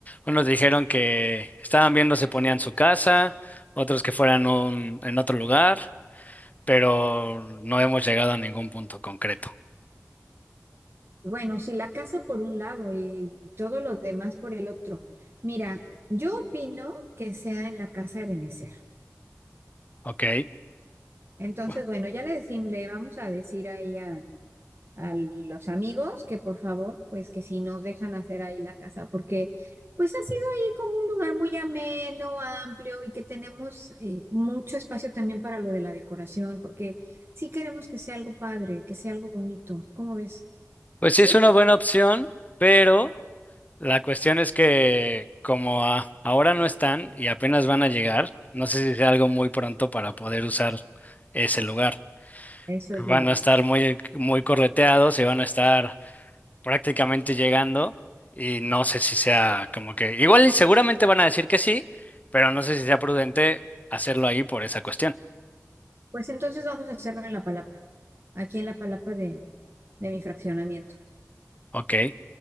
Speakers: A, on the left; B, on the right.
A: Unos dijeron que estaban viendo si ponían su casa, otros que fueran un- en otro lugar, pero no hemos llegado a ningún punto concreto.
B: Bueno, si la casa por un lado y y todo lo demás por el otro. Mira, yo opino que sea en la casa de Benecer.
A: Ok.
B: Entonces,
A: Bueno,
B: bueno, ya le decimos, le vamos a decir ahí a a los amigos que por favor, pues que si nos dejan hacer ahí la casa, porque pues ha sido ahí como un lugar muy ameno, amplio y que tenemos eh, mucho espacio también para lo de la decoración, porque sí queremos que sea algo padre, que sea algo bonito. ¿Cómo ves?
A: Pues
B: ¿Sí?
A: sí es una buena opción, pero... La cuestión es que como a- ahora no están y apenas van a llegar, no sé si sea algo muy pronto para poder usar ese lugar.
B: Eso es
A: Van
B: verdad.
A: a estar muy, muy correteados y van a estar prácticamente llegando y no sé si sea como que igual y seguramente van a decir que sí, pero no sé si sea prudente hacerlo ahí por esa cuestión.
B: Pues entonces vamos a hacerlo en La Palapa, aquí en La Palapa de, de mi fraccionamiento.
A: Ok,